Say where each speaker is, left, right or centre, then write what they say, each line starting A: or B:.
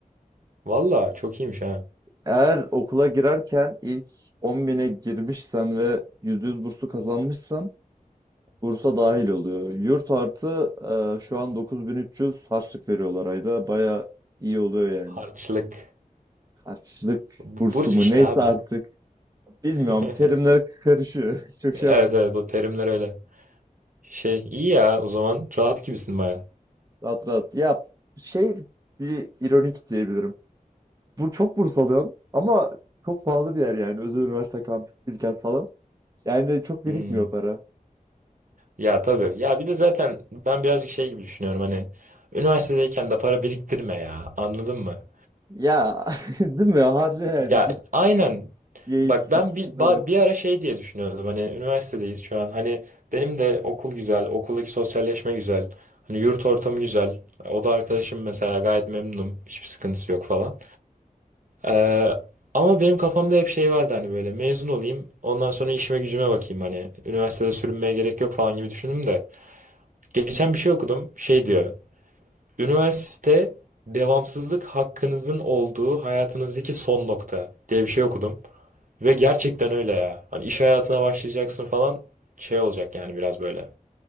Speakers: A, on the right; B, on the right.
A: Valla çok iyiymiş ha.
B: Eğer okula girerken ilk 10 bine girmişsen ve %100 burslu kazanmışsan Bursa dahil oluyor. Yurt artı e, şu an 9300 harçlık veriyorlar ayda. Baya iyi oluyor
A: Harçlık.
B: yani. Harçlık
A: B-
B: bursu
A: Burs
B: mu
A: işte
B: neyse
A: abi.
B: artık. Bilmiyorum
A: <laughs>
B: terimler karışıyor. <laughs> Çok
A: Evet
B: şey yapmıyorum.
A: evet o terimler öyle. Şey iyi ya o zaman rahat gibisin baya.
B: Rahat rahat. Ya şey bir ironik diyebilirim. Bu çok burs alıyorum ama çok pahalı bir yer yani. Özel üniversite kampüs, Bilkent falan. Yani çok birikmiyor
A: Hmm.
B: para.
A: Ya tabii. Ya bir de zaten ben birazcık şey gibi düşünüyorum hani üniversitedeyken de para biriktirme ya. Anladın mı?
B: Ya <laughs> değil mi? Harca yani.
A: Ya
B: Git
A: aynen.
B: ye
A: Bak
B: iç sıç
A: ben
B: bir
A: bir
B: şeyler
A: ba-
B: yap.
A: bir ara şey diye düşünüyordum. Hani üniversitedeyiz şu an. Hani benim de okul güzel, okuldaki sosyalleşme güzel. Hani yurt ortamı güzel. O da arkadaşım mesela gayet memnunum. Hiçbir sıkıntısı yok falan. Ee, ama benim kafamda hep şey vardı hani böyle mezun olayım. Ondan sonra işime gücüme bakayım hani. Üniversitede sürünmeye gerek yok falan gibi düşündüm de. Geçen bir şey okudum. Şey diyor. Üniversite devamsızlık hakkınızın olduğu hayatınızdaki son nokta diye bir şey okudum. Ve gerçekten öyle ya. Hani iş hayatına başlayacaksın falan şey olacak yani biraz böyle.